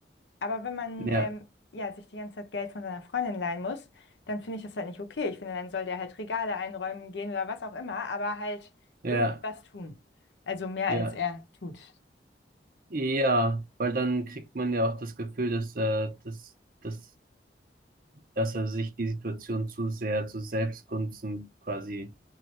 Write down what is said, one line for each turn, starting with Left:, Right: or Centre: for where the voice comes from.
Left: Aber wenn man
Right: ja,
Left: ähm, ja, sich die ganze Zeit Geld von seiner Freundin leihen muss, dann finde ich das halt nicht okay. Ich finde, dann soll der halt Regale einräumen gehen oder was auch immer, aber halt
Right: ja,
Left: irgendwie was tun. Also mehr
Right: ja,
Left: als er tut.
Right: ja, weil dann kriegt man ja auch das Gefühl, dass, äh, dass, dass, dass er sich die Situation zu sehr zu Selbstgunsten quasi